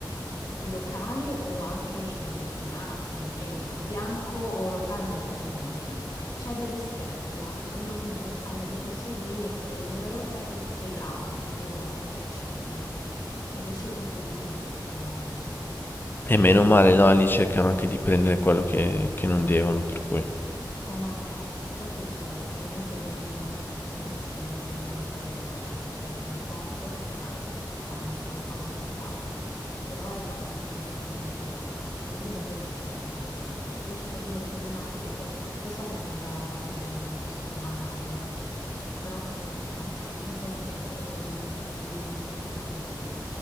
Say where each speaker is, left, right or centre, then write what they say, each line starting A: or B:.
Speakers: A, on the left; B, on the left.
A: eh, locale o anche italiano, straniero, insomma, bianco o locale non cambia niente, c'è del rispetto, cioè loro comunque sanno che tu sei lì e sei nella loro testa sei bravo, ok, sei buono, ti accettano, perché invece col turismo è tutto un altro discorso.
B: E meno male, no? Lì cercano anche di prendere quello che, che non devono, per cui...
A: No, no, infatti, infatti, allora, ovviamente non, non è che se vai in missione sei in un hotel 5 stelle con i comfort, anzi f- fai anche un po' la fame in realtà, però è proprio un'esperienza completamente diversa e lì davvero riesci a parlare con la gente, riesci a capire le problematiche e poi lo so che sembra, sembra veramente s- banale, eh, però quando torni a casa <laughs> davvero apprezzi la tua vita milioni di volte di più.